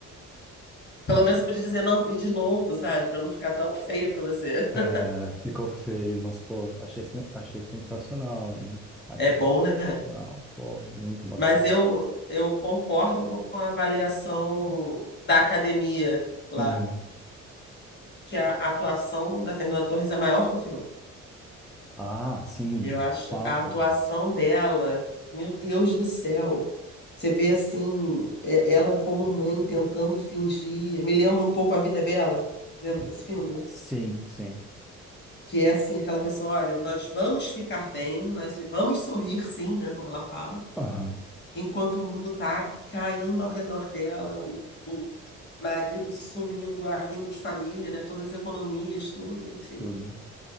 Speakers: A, on the left; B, in the centre.
A: Pelo menos você podia dizer não vi de novo, sabe? Pra não ficar tão feio pra você. <laughs>
B: É, ficou feio, mas, pô, achei, sen- achei sensacional, hein? Achei
A: É bom, né?
B: sensacional, pô, muito bacana.
A: Mas eu, eu concordo com a avaliação da academia lá,
B: Uhum.
A: que a atuação da Fernanda Torres é maior que o filme.
B: Ah, sim,
A: Eu
B: de
A: acho
B: fato.
A: a atuação dela, meu Deus do céu. Você vê assim, é- ela como mãe tentando fingir. Me lembra um pouco A Vida é Bela. Lembra desse filme?
B: Sim, sim.
A: que é assim, aquela pessoa, olha, nós vamos ficar bem, nós vamos sorrir sim, né, como ela fala,
B: Aham,
A: enquanto o mundo tá caindo ao redor dela, o, o marido sumindo, arrimo de família, né, todas as economias, tudo, enfim.
B: tudo.